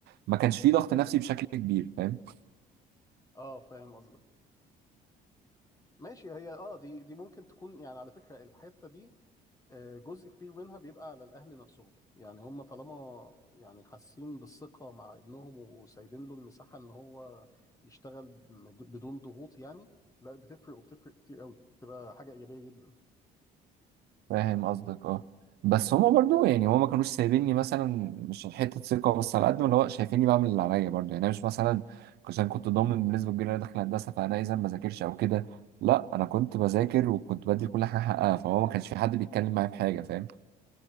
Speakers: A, on the right (about 70°); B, on the left (about 20°).
A: ما كانش فيه ضغط نفسي بشكل كبير فاهم
B: اه فاهم قصدك ماشي هي اه دي دي ممكن تكون يعني على فكره الحته دي آه، جزء كبير منها بيبقى على الاهل نفسهم يعني هم طالما يعني حاسين بالثقه مع ابنهم وسايبين له المساحه ان هو يشتغل مد- بدون ضغوط يعني لا بتفرق وبتفرق كتير قوي بتبقى حاجه ايجابيه جدا
A: فاهم قصدك اه بس هما برضو يعني هما ما كانوش سايبيني مثلا مش حته ثقه بس على قد ما اللي هو شايفيني بعمل اللي عليا برضو يعني انا مش مثلا عشان كنت ضامن بنسبه كبيره ان انا داخل هندسه فانا اذا ما بذاكرش او كده لا انا كنت بذاكر وكنت بدي كل حاجه حقها فهو ما كانش في حد بيتكلم معايا في حاجه فاهم